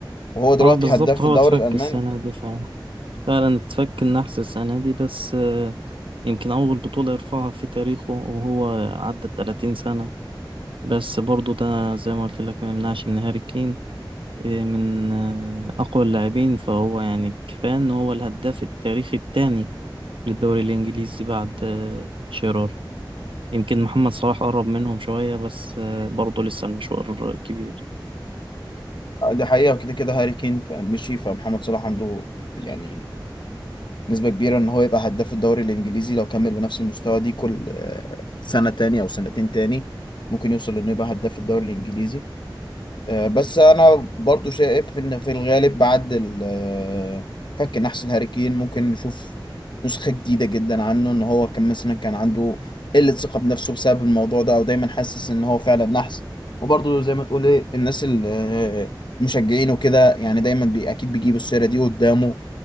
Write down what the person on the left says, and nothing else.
وهو دلوقتي
هداف في
الدوري
الألماني
دي حقيقة وكده كده هاري كين ف- مشي فمحمد صلاح عنده يعني نسبة كبيرة ان هو يبقى هداف الدوري الانجليزي لو كمل بنفس المستوى دي كل آه، سنة تاني او سنتين تاني ممكن يوصل انه يبقى هداف الدوري الانجليزي آه، بس انا برضو شايف ان في الغالب بعد ال- آه، فك نحس الهاريكين ممكن نشوف نسخة جديدة جدا عنه ان هو كان مثلا كان عنده قلة ثقة بنفسه بسبب الموضوع ده او دايما حاسس ان هو فعلا نحس وبرضو زي ما تقول ايه الناس ال- آه، المشجعين وكده يعني دايما بي اكيد بيجيبوا السيرة دي قدامه